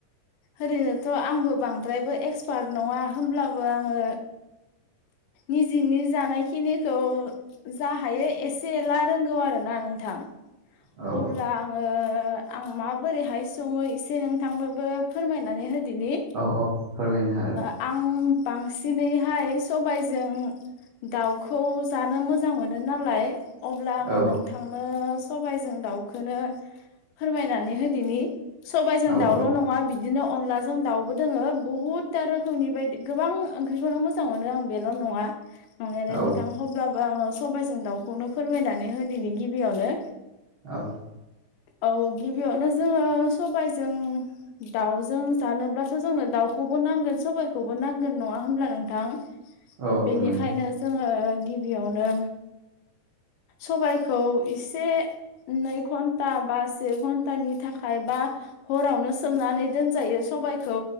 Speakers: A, on the left; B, on the right.
A: ओरैनोथ' आंबो बांद्रायबो एक्सपार्ट नङा होनब्लाबो आङो। निजेनि जानायखिनिखौ। जा हायो एसे एला रोंगौ आरोोना नोंथां
B: औ
A: अब्ला। आं माबोरैहाय सङो एसे नोंथांनोबो फोरमायनानै होदोनि।
B: औ औ फोरमायनो हागोन।
A: आं बांसिनैहाय सबायजों। दाउखौ जानो मोजां मोनो नालाय अब्ला आङो
B: औ
A: नोंथां। सबायजों दाउखौनो फोरमायनानै होदनि सबायाइजों
B: औ
A: दाउल'
B: औ
A: नङा बिदिनो अनलाजों दाउबो दोङो बुहुद था रोखोमनि बायदि गोबां ओंख्रिखौनो मोजां मोनो आं बेल' नङा नंनायालाय
B: औ
A: आरो नोंथां अब्लाबो आङो सबाइजों दाउखौनो फोरमायनानै हो दिै गिबियावनो।
B: औ।
A: औ गिबियावनो जोङो सबायजों। दाउजों जानोब्लासो जोंनो दाउखौ नांगोन सबायखौबो नांगोन नङा होनब्ला नोंथां
B: औ
A: बेनिखायनो
B: नंगौ
A: जोङो गिबियावनो सबायखौ एसे नै घन्टा बा से घन्टा नि थाखायाय बा हरावनो सोमनानै दोनजायो सबाइखौ